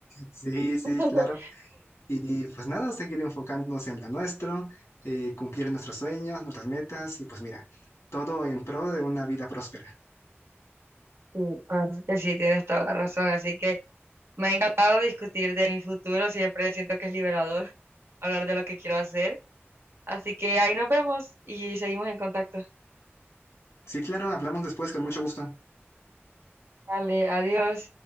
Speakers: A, on the left; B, on the right.
A: Sí, sí,
B: <laughs>
A: claro. Y pues nada, seguir enfocándonos en lo nuestro, eh, cumplir nuestros sueños, nuestras metas y pues mira, todo en pro de una vida próspera.
B: Sí, la verdad que sí, tienes toda la razón. Así que me ha encantado discutir de mi futuro. Siempre siento que es liberador <laughs> hablar de lo que quiero hacer. Así que ahí nos vemos y seguimos en contacto.
A: Sí, claro, hablamos después con mucho gusto.
B: Vale, adiós.